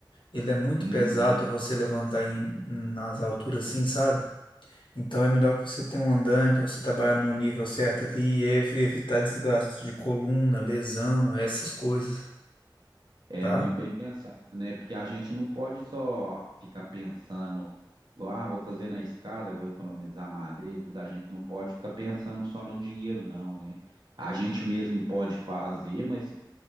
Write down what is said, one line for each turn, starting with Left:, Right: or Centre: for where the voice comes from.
Left: Ele é muito
Right: Uhum.
Left: pesado para você levantar em, nas alturas assim, sabe? Então é melhor que você tenha um andaime para você trabalhar no nível certo ali ev- evitar desgaste de coluna, lesão, essas coisas,
Right: É
Left: tá?
Right: muito bem pensado, né? Porque a gente não pode só ficar pensando, igual, ah, vou fazer na escada, vou economizar madeira e tudo. A gente não pode ficar pensando só no dinheiro, não, né? A gente mesmo pode fazer, mas